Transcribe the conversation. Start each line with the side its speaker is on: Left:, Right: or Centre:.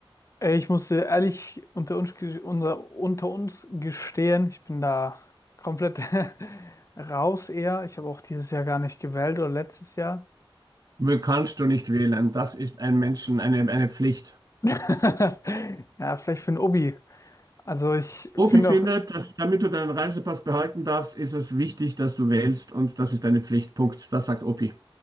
Left: Ey, Ich muss dir ehrlich unter uns, ge- unter, unter uns gestehen, ich bin da komplett <laughs> raus eher. Ich habe auch dieses Jahr gar nicht gewählt oder letztes Jahr.
Right: Will kannst du nicht wählen. Das ist ein Menschen, eine, eine Pflicht.
Left: <laughs> Ja, vielleicht für ein Obi. Also ich
Right: Opi
Left: finde
Right: findet,
Left: auch,
Right: dass damit du deinen Reisepass behalten darfst, ist es wichtig, dass du wählst und das ist deine Pflicht. Punkt. Das sagt Opi.